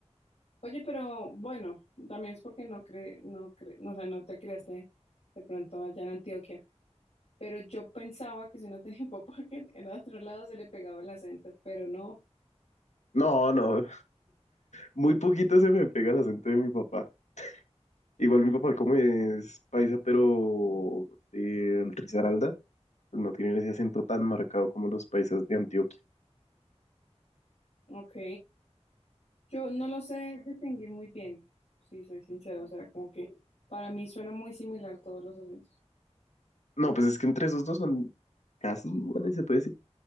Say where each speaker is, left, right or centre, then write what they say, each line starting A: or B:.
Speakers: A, on the left; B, on the left.
A: Oye, pero bueno, también es porque no cre, no cre, no, o sea, no te criaste de pronto allá en Antioquia. Pero yo pensaba que si no tenía un papá que era de otro lado se le pegaba el acento, pero no.
B: No, no, muy poquito se me pega el acento de mi papá. Igual mi papá como es paisa, pero de Risaralda, pues no tienen ese acento tan marcado como los paisas de Antioquia.
A: Ok. Yo no lo sé distinguir muy bien, si soy sincera. O sea, como que para mí suena muy similar todos los acentos.
B: No, pues es que entre esos dos son casi iguales, se puede decir.